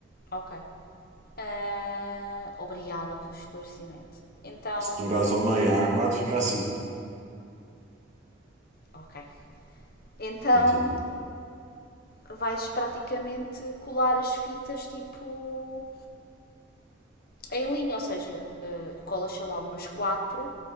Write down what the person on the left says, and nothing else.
ok. Ah, obrigada pelo esclarecimento. Então,
ok. Então
vais praticamente colar as fitas tipo em linha, ou seja, ah, colas sei lá umas quatro